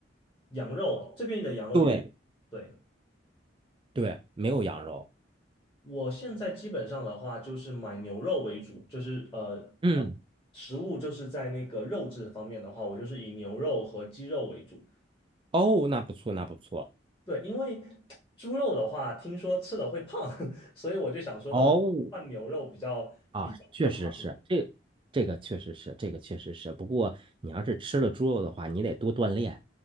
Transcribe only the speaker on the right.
对
对，没有羊肉。
嗯，
哦，那不错，那不错。
哦，
啊，确实是，这这个确实是，这个确实是。不过你要是吃了猪肉的话，你得多锻炼。